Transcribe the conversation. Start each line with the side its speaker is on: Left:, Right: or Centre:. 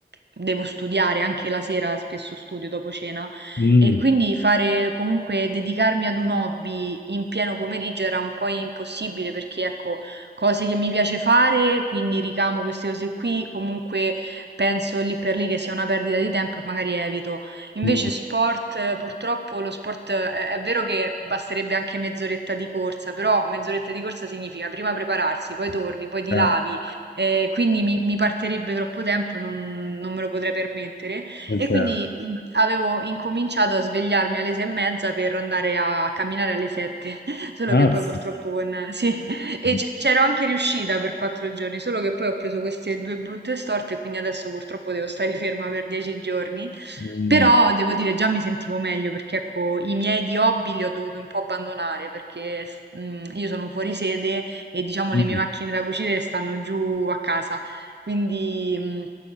Right: devo studiare, anche la sera spesso studio dopo cena
Left: Mm,
Right: e quindi fare comunque dedicarmi ad un hobby in pieno pomeriggio era un po' impossibile perché ecco, cose che mi piace fare, quindi ricamo queste cose qui, comunque penso lì per lì che sia una perdita di tempo e magari evito Invece
Left: mm,
Right: sport, eh, purtroppo lo sport è, è vero che basterebbe anche mezz'oretta di corsa, però mezz'oretta di corsa significa prima prepararsi, poi torni, poi ti
Left: eh,
Right: lavi, eh, quindi mi, mi partirebbe troppo tempo e non, non me lo potrei permettere.
Left: è
Right: E
Left: certo.
Right: quindi mh, avevo incominciato a svegliarmi alle sei e mezza per andare a camminare alle sette, <laughs> solo
Left: Grazie.
Right: che poi purtroppo con... Sì, e
Left: Mm,
Right: c- c'ero anche riuscita per quattro giorni, solo che poi ho preso queste due brutte storte e quindi adesso purtroppo devo stare ferma per dieci giorni.
Left: mm,
Right: Però devo dire, già mi sentivo meglio perché ecco, i miei di hobby li ho dovuto un po' abbandonare perché s- mm, io sono fuori sede e diciamo
Left: mm,
Right: le mie macchine da cucire stanno giù a casa, quindi mm,